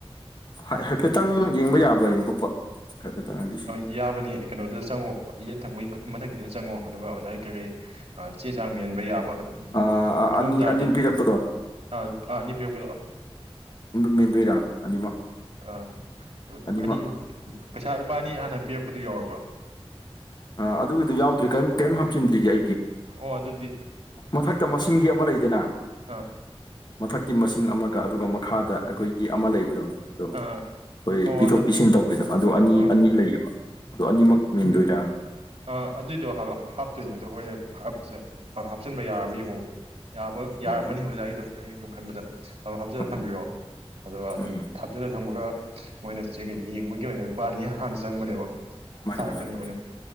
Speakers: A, on the left (about 45°); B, on the right (about 75°).
A: ꯍꯥꯏꯐꯦꯠꯇꯪ ꯌꯦꯡꯕ ꯌꯥꯕ꯭ꯔꯥ ꯌꯦꯡꯊꯣꯛꯄ ꯍꯥꯏꯐꯦꯠꯇꯪ ꯍꯥꯏꯗꯤ ꯁꯤ
B: ꯌꯥꯕꯅꯤ ꯀꯩꯅꯣꯗꯨꯗ ꯆꯪꯉꯣ ꯌꯦꯠ ꯊꯪꯕꯒꯤ ꯃꯊꯛꯀꯤꯗꯨꯗ ꯆꯪꯉꯣ ꯑꯗꯨꯒ ꯑꯣꯖꯥꯒꯤ ꯀꯩꯀꯩ ꯆꯦ ꯆꯥꯡ ꯃꯦꯟꯕ ꯌꯥꯕ
A: ꯑꯅꯤ
B: ꯊꯣꯛꯑꯝ ꯇꯥꯔꯗꯤ
A: ꯑꯅꯤ ꯄꯤꯔꯛꯄꯗꯣ
B: ꯑꯥ ꯑꯥ ꯑꯅꯤ ꯄꯤꯔꯛꯄꯗꯣ
A: ꯃꯦꯟꯗꯣꯏꯔꯥ ꯑꯅꯤꯃꯛ
B: ꯑꯥ
A: ꯑꯅꯤꯃꯛ
B: ꯑꯅꯤ ꯄꯩꯁꯥ ꯂꯨꯄꯥ ꯑꯅꯤ ꯍꯥꯟꯅ ꯄꯤꯔꯛꯄꯗꯣ ꯌꯤꯎꯔꯕ꯭ꯔꯣ
A: ꯑ ꯑꯗꯨꯒꯤꯗꯨ ꯌꯥꯎꯗ꯭ꯔꯤ ꯀꯔꯤꯝ ꯀꯔꯤꯝ ꯍꯥꯞꯆꯤꯟꯗ꯭ꯔꯤ ꯑꯩꯒꯤ
B: ꯑꯣ ꯑꯗꯨꯗꯤ
A: ꯃꯊꯛꯇ ꯃꯁꯤꯡꯗꯤ ꯑꯃ ꯂꯩꯗꯅ
B: ꯑꯥ
A: ꯃꯊꯛꯀꯤ ꯃꯁꯤꯡ ꯑꯃꯒ ꯑꯗꯨꯒ ꯃꯈꯥꯗ ꯑꯩꯈꯣꯏꯒꯤ ꯑꯃ ꯂꯩꯕꯗꯣ ꯑꯗꯣ
B: ꯑꯥ ꯑꯥ
A: ꯑꯈꫭꯏ
B: ꯑꯣ
A: ꯄꯤꯊꯣꯛ
B: ꯑꯗꯣ
A: ꯄꯤꯁꯤꯟ ꯇꯧꯕꯤꯗꯣ ꯑꯗꯨ ꯑꯅꯤ
B: ꯑꯣ
A: ꯑꯅꯤ ꯂꯩꯌꯦꯕ ꯑꯗꯣ ꯑꯅꯤꯃꯛ ꯃꯦꯟꯗꯣꯏꯔꯥ
B: ꯑ ꯑꯗꯨꯏꯗꯣ ꯍꯥꯞꯇꯣꯏꯅꯦ ꯑꯗꯣ ꯍꯣꯔꯦꯟ ꯍꯥꯞꯄꯁꯦ ꯍꯥꯞꯆꯤꯟꯕ ꯌꯥꯔꯕ ꯌꯦꯡꯉꯨꯕ ꯌꯥꯕ
A: ꯑꯣ
B: ꯌꯥꯔꯝꯃꯅꯤ ꯑꯣꯖꯥꯒꯤꯗꯣ ꯑꯩ ꯁꯨꯝ ꯈꯟꯕꯗ ꯑ ꯍꯥꯞꯆꯤꯟꯜꯂꯒ
A: ꯎꯝ
B: ꯊꯝꯕꯤꯔꯣ ꯑꯗꯨꯒ
A: ꯎꯝ
B: ꯑꯗꯨꯝ ꯊꯥꯞꯆꯜꯂ ꯊꯝꯃꯒ ꯃꯣꯏꯅ ꯆꯦꯛꯀꯤꯡ ꯌꯦꯡꯕꯒꯤ ꯑꯣꯏꯅ ꯂꯨꯄꯥ ꯑꯅꯤ ꯍꯥꯟꯅ ꯆꯪꯕꯅꯦꯕ
A: ꯃꯥꯅꯦ
B: ꯊꯥꯔꯛꯀꯅꯤ
A: ꯃꯥꯅꯦ
B: ꯃꯣꯏꯅ